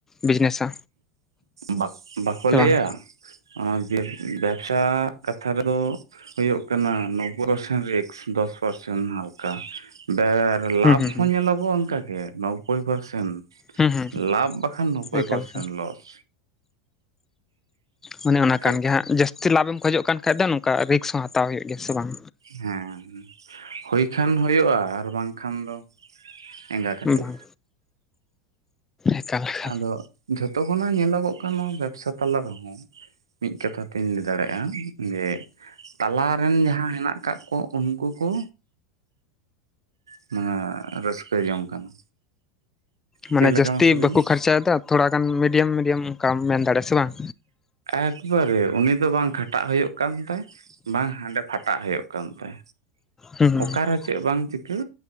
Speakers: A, on the left; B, on the right.
A: ᱵᱤᱡᱽᱱᱮᱥᱟ᱾
B: ᱵᱟ ᱵᱟᱠᱚ
A: ᱥᱮ
B: ᱞᱟᱹᱭᱟ,
A: ᱵᱟᱝ
B: ᱚᱱᱟ ᱵᱮᱵ ᱵᱮᱵᱽᱥᱟ ᱠᱟᱛᱷᱟ ᱨᱮᱫᱚ ᱦᱩᱭᱩᱜ ᱠᱟᱱᱟ ᱱᱳᱵᱵᱳᱭ ᱯᱟᱨᱥᱮᱱᱴ ᱨᱤᱠᱥ, ᱫᱚᱥ ᱯᱟᱨᱥᱮᱱ ᱦᱟᱞᱠᱟ ᱾ ᱵᱮ ᱞᱟᱵᱷ
A: ᱦᱩᱸ ᱦᱩᱸ
B: ᱦᱚᱸ ᱧᱮᱞᱚᱜᱚᱜᱼᱟ ᱚᱱᱠᱟ ᱜᱮ ᱱᱚᱵᱽᱵᱳᱭ ᱯᱟᱨᱥᱮᱱ
A: ᱦᱩᱸ ᱦᱩᱸ
B: ᱞᱟᱵᱽ ᱵᱟᱠᱷᱟᱱ ᱱᱚᱵᱽᱵᱳᱭ
A: ᱦᱩᱸ ᱮᱠᱟᱞ
B: ᱯᱟᱨᱥᱮᱱᱴ
A: ᱮᱠᱟᱞ
B: ᱞᱚᱥ᱾
A: ᱢᱟᱱᱮ ᱚᱱᱟ
B: ᱴᱷᱤᱠ
A: ᱠᱟᱱ ᱜᱮᱭᱟ ᱦᱟᱸᱜ ᱡᱟᱹᱥᱛᱤ ᱞᱟᱵᱷᱮᱢ ᱠᱷᱚᱡᱚᱜ ᱠᱟᱱ ᱠᱷᱟᱡ ᱫᱚ ᱱᱚᱝᱠᱟ ᱨᱤᱠᱥ ᱦᱚᱸ ᱦᱟᱛᱟᱣ ᱦᱩᱭᱩᱜ ᱜᱮᱭᱟ, ᱥᱮ ᱵᱟᱝ?
B: ᱦᱮᱸ, ᱦᱳᱭ ᱠᱷᱟᱱ ᱦᱳᱭᱳᱜᱼᱟ ᱟᱨ ᱵᱟᱝᱠᱷᱟᱱ ᱫᱚ ᱮᱸᱜᱟ ᱠᱟᱹᱴᱩᱵ᱾
A: ᱵᱟᱝ ᱮᱠᱟᱞ ᱮᱠᱟᱞ
B: ᱟᱫᱚ ᱡᱷᱚᱛᱚ ᱠᱷᱚᱱᱟᱜ ᱧᱮᱞᱚᱜᱚᱜ ᱠᱟᱱ ᱱᱚᱣᱟ ᱵᱮᱵᱽᱥᱟ ᱛᱟᱞᱟ ᱨᱮᱦᱚᱸ ᱢᱤᱫ ᱠᱟᱛᱷᱟ ᱛᱤᱧ ᱞᱟᱹᱭ ᱫᱟᱲᱮᱭᱟᱜᱼᱟ, ᱡᱮ ᱛᱟᱞᱟ ᱨᱮᱱ ᱡᱟᱦᱟᱸᱭ ᱦᱮᱱᱟᱜ ᱠᱟᱫ ᱠᱚ ᱩᱱᱠᱩ ᱠᱚ ᱛᱤᱱᱟᱹᱜ ᱨᱟᱹᱥᱠᱟᱹ ᱡᱚᱝ ᱠᱟᱱᱟ᱾
A: ᱢᱟᱱᱮ
B: ᱪᱮᱫ ᱞᱮᱠᱟ
A: ᱡᱟᱹᱥᱛᱤ
B: ᱢᱟᱥᱮ ᱞᱟᱹᱭ
A: ᱵᱟᱠᱚ
B: ᱢᱮ
A: ᱠᱷᱟᱨᱪᱟᱭᱮᱫᱟ ᱛᱷᱚᱲᱟ ᱜᱟᱱ ᱢᱤᱰᱤᱭᱟᱢ ᱢᱤᱰᱤᱭᱟᱢ ᱚᱱᱠᱟᱢ ᱢᱮᱱ ᱫᱟᱲᱮᱭᱟᱜᱼᱟ, ᱥᱮ ᱵᱟᱝ?
B: ᱮᱠᱵᱟᱨᱮ ᱩᱱᱤ ᱫᱚ ᱵᱟᱝ ᱠᱷᱟᱴᱟᱜ ᱦᱳᱭᱳᱜ ᱠᱟᱱ ᱛᱟᱭ, ᱵᱟᱝ ᱦᱟᱸᱰᱮ ᱯᱷᱟᱴᱟᱜ ᱦᱳᱭᱳᱜ ᱠᱟᱱ ᱛᱟᱭ,
A: ᱦᱩᱸ ᱦᱩᱸ
B: ᱚᱠᱟᱨᱮ ᱪᱮᱫ ᱵᱟᱝ ᱪᱤᱠᱟᱹ